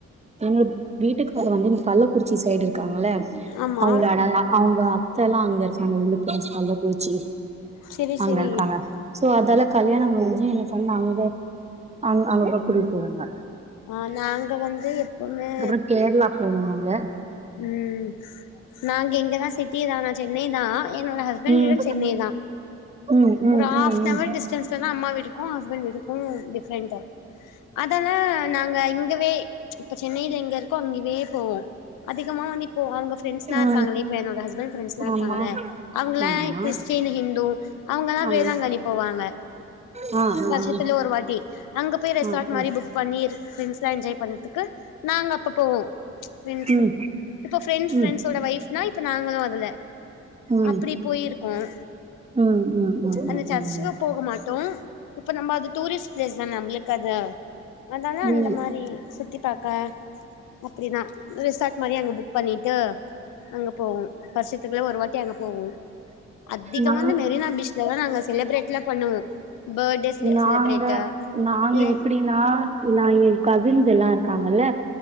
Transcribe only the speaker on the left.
ஆமா
செரி
செரி
ஆ நாங்க வந்து எப்பவுமே
ம் நாங்க இங்கதா சிட் டி தானா சென்னை தா என்னோட ஹஸ்பண்ட்
எடம் சென்னை தா
ஒரு
ஹாவ் அன்
ஹவர் டிஸ்டன்ஸ்ல அம்மா வீடு கு ஹஸ்பண்ட் வீட்டுக்கு டி ஃப்ரெண்ட்டு அதெல்லா இங்க இங்கவே இப்ப சென்னையில எங்க இருக்கோ அங்கயே போவோ அதிகமான் இப் போ அவங்க ஃப்ரெண்ட்ஸ்லா
இருக்காங்க வீட்ல என்னோட ஹஸ்பண்ட் ஃப்ரண்ட்ஸ்லா இருக்காங்கள
அவங்களா
கிறிஸ்டின் ஹிந்து அவங்கலா
வேளாங்கண்ணி போவாங்க
வருஷத்துல ஒரு வாட்டி அங்க போய் ரெசார்ட்
மாரி புக் பண்ணி ஃப்ரெண்ட்ஸ் எல்லா என்ஜாய் பண்ணதுக்கு நாங்கள் அப்ப போவோம் ஃப்ரெண்ட்ஸ்
இப்போ ஃப்ரெண்ட்ஸ் ஃப்ரெண்ட்ஸோட
வைஃப் னா இப்ப நாங்களு அதுல
அப்படி போயிருக்கோம்
அந்த
சர்ச்சுக்கு
போக மாட்டோ இப்ப நம்ம அது டூரிஸ்ட் ப்ளேஸ் தானே நம்மளுக்கு அது அத
அந்த மாரி சுத்தி பாக்க ஓகே தா ரிசார்ட் மாரி அங்க புக் பண்ணிட்டு அங்க போவோம் வருஷத்துக்குள்ள ஒரு வாட் து எங்க போவோ அதிகமா
ந்து மெரினா பீச் <unintelligible> ஏனா செலப்ரேட்லா பண்ணுவோ பர்த்டே செ
செலிப்ரேட்டு
இல்ல